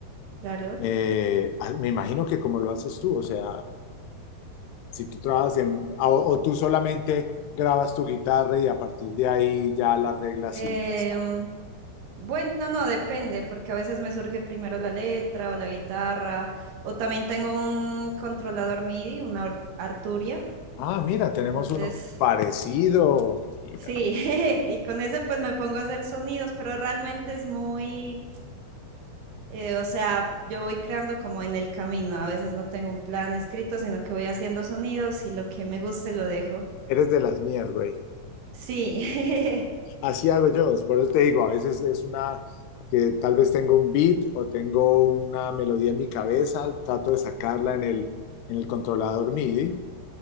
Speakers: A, on the right; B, on the left.
A: claro.
B: eh, ah, me imagino que como lo haces tú, o sea, si tú trabajas en, o, o tú solamente grabas tu guitarra y a partir de ahí ya las reglas
A: Em,
B: y ya está.
A: bueno, no, depende, porque a veces me surge primero la letra o la guitarra, o también tengo un controlador MIDI, una Ar- Arturia.
B: Ah, mira, tenemos
A: Entonces,
B: uno parecido. Mira,
A: Sí, <laughs> y con ese pues me pongo a hacer sonidos, pero realmente es muy, eh, o sea, yo voy creando como en el camino, a veces no tengo un plan escrito, sino que voy haciendo sonidos y lo que me guste lo dejo.
B: eres de las mías, güey.
A: Sí,
B: Así hago yo, es por eso te digo, a veces es una que tal vez tengo un beat o tengo una melodía en mi cabeza, trato de sacarla en el, en el controlador MIDI